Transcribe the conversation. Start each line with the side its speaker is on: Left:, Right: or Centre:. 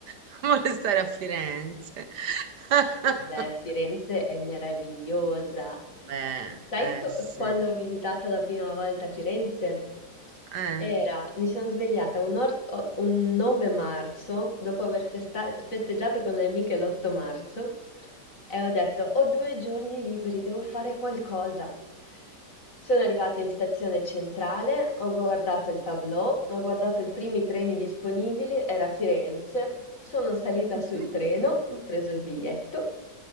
Right: <laughs> vuole stare a Firenze. <laughs>
Left: Beh, Firenze è meravigliosa.
Right: Beh,
Left: Sai
Right: eh
Left: co-
Right: sì,
Left: quando ho visitato la prima volta Firenze?
Right: eh.
Left: Era, mi sono svegliata un, ort- un 9 marzo, dopo aver festa- festeggiato con le amiche l'8 marzo, e ho detto, ho due giorni liberi, devo fare qualcosa. Sono arrivata in stazione centrale, ho guardato il tableau, ho guardato i primi treni disponibili, era Firenze, sono salita
Right: <laughs>
Left: sul treno, ho preso il biglietto,